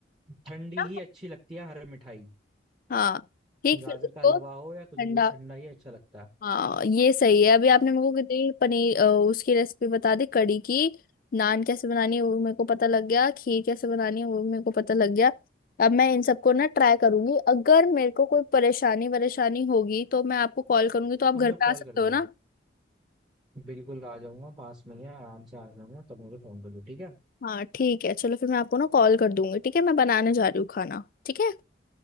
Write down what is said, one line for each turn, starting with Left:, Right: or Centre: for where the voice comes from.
Right: ठंडी
Left: ना?
Right: ही अच्छी लगती है हर मिठाई
Left: हाँ ठीक
Right: गाजर
Left: फिर उसको
Right: का हलवा
Left: ठंडा
Right: हो या कुछ भी हो ठंडा ही अच्छा लगता है
Left: हाँ ये सही है अभी आपने मेरे को कितनी पनीर अ, उसकी रेसिपी बता दी कड़ी की नान कैसे बनानी है वो मेरे को पता लग गया खीर कैसे बनानी है वो मेरे को पता लग गया अब मैं इन सबको ना ट्राई करूंगी अगर मेरे को कोई परेशानी वरेशानी होगी तो मैं आपको कॉल करूंगी तो आप
Right: तो
Left: घर
Right: मुझे
Left: पे
Right: कॉल
Left: आ सकते
Right: कर दियो
Left: हो ना
Right: बिल्कुल आ जाऊंगा पास में ही है आराम से आ जाऊंगा तब मुझे फोन कर दियो ठीक है
Left: हाँ ठीक है चलो फिर मैं आपको ना कॉल कर दूंगी ठीक है मैं बनाने जा रही हूँ खाना ठीक है